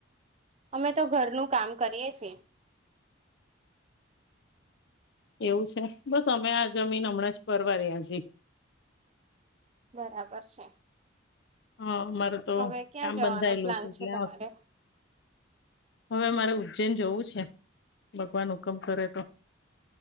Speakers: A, on the right; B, on the left.
A: અમે તો ઘરનું કામ કરીએ છીએ.
B: એવું છે. બસ અમે આ જમીન હમણાં જ પરવાર્યા અજી.
A: બરાબર છે.
B: હન, અમારે તો
A: હવે ક્યાં
B: આમ
A: જવાનો
B: બંધાયલું
A: પ્લાન
B: છે એટલે
A: તમારે
B: આવશે. હવે મારે ઉજ્જૈન જવું <unintelligible> ભગવાન હુકમ કરે તો.